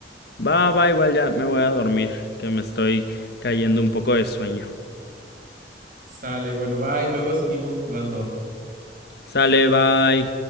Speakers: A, on the left (about 65°); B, on the right (about 50°).
A: Va, va, igual ya me voy a dormir, que me estoy cayendo un poco de sueño.
B: Sale, bueno, bye, luego seguimos jugando.
A: Sale, bye.